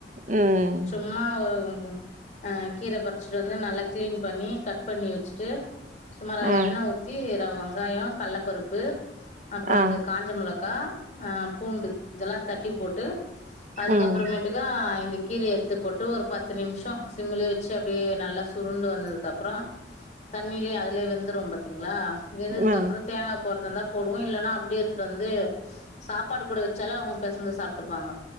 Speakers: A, on the right; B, on the left.
A: ம்
B: சும்மா ஒ அ கீர பறிச்சிட்டு வந்து நல்லா கிளீன் பண்ணி க பண்ணி வச்சுட்டு சுமார
A: ஆ
B: எண்ணெ ஊத்தி வெங்காயோ கல்லப்பருப்பு அப்புறோ
A: ஆ
B: வந்து காஞ்ச மளகா ஆ பூண்டு இதெல்லா தட்டி போட்டு அதுக்கு
A: ம்
B: அப்பறமேட்டுக்கா அ இந்த கீரைய எத்து போட்டு ஒரு பத்து நிமிஷோ சிம்மலே வச்சு அப்டியே நல்லா சுருண்டு வந்ததுக்கப்புறோ தண்ணியிலேயே அதுலயே வெந்துரு பாத்தீங்களா வெந்ததுக்கு
A: ஆ
B: அப்புறம் தேங்கா போறதுந்தா போடுவோ இல்லன்னா அப்டியேத்துன் வந்து சாப்பாடு கூட வச்சாலே அவங் பெசந்து சாப்ட்டுப்பாங்க